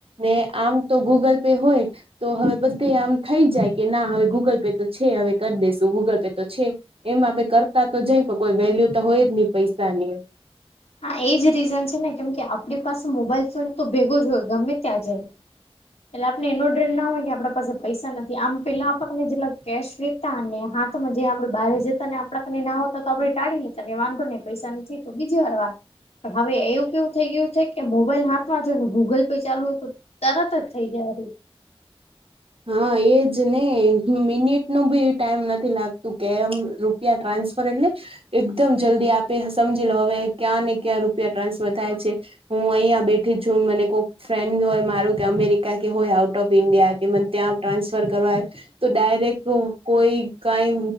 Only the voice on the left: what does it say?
હા એજ રીઝન છે ને કેમ કે આપડી પાસે મોબાઈલ ફોન તો ભેગો જ હોય ગમે ત્યાં જય એટલે આપણે એનો ડર ના હોય કે આપડા પાસે પૈસા નથી આમ પેલા આપક ને જેટલા કેશ વિથ અને હાથમાં જે આપડે બહારે જતા ને આપડા કને ના હોતા તો આપડે ટાળી લેતા કે વાંધો નહી પૈસા નથી તો બીજી વાર વા પણ હવે એવું કેવું થઈ ગ્યું છે કે મોબાઈલ હાથમાં જો ને ગૂગલ પે ચાલુ હોય તો તરત જ થઈ ગ્યા <inaudible>